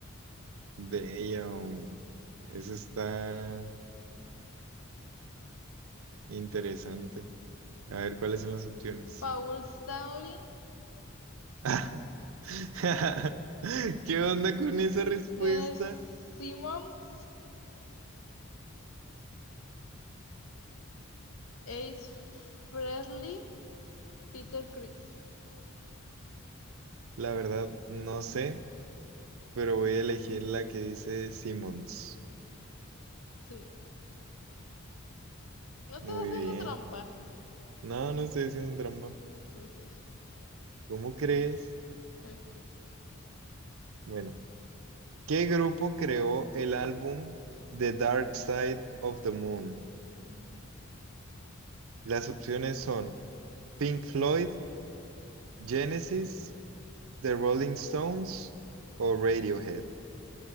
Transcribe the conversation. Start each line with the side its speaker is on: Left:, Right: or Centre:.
Right: Damn. Eso está. Interesante. A ver, ¿cuáles son las opciones?
Left: Paul Stanley,
Right: <laughs> ¿Qué onda con esa respuesta?
Left: Gene Simmons, Ace Frehley, Peter Criss.
Right: La verdad, no sé, pero voy a elegir la que dice Simmons.
Left: Sí. No estás
Right: Muy
Left: haciendo
Right: bien.
Left: trampa.
Right: No, no estoy haciendo trampa.
Left: Ok,
Right: ¿Cómo crees?
Left: ok.
Right: Bueno, ¿qué grupo creó el álbum The Dark Side of the Moon? Las opciones son Pink Floyd, Genesis, The Rolling Stones o Radiohead.